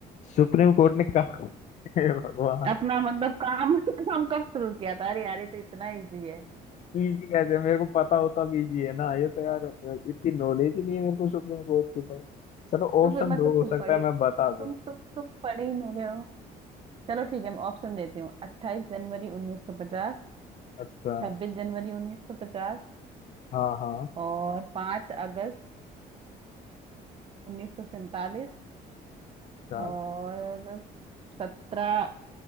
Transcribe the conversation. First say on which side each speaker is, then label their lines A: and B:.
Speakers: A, on the left (about 45°); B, on the right (about 35°).
A: सुप्रीम कोर्ट ने कहा <laughs> हे भगवान
B: अपना मतलब काम <laughs> काम कब शुरू किया था अरे यार ये तो इतना इजी है
A: इजी कैसे मेरे को पता होता भी इजी है ना ये तो यार इतनी नॉलेज ही नहीं है मेरे को सुप्रीम कोर्ट की तो चलो
B: तो
A: ऑप्शन
B: फिर मतलब
A: दो हो
B: तुम
A: सकता
B: पढ़े
A: है मैं बता
B: तुम
A: दूं
B: तुम तुम तुम पढ़ ही नहीं रहे हो चलो ठीक है मैं ऑप्शन देती हूँ अट्ठाईस जनवरी उन्नीस सौ पचास
A: अच्छा
B: छब्बीस जनवरी उन्नीस सौ पचास
A: हाँ हाँ
B: और पांच अगस्त उन्नीस सौ सैंतालीस
A: क्या?
B: और सत्रह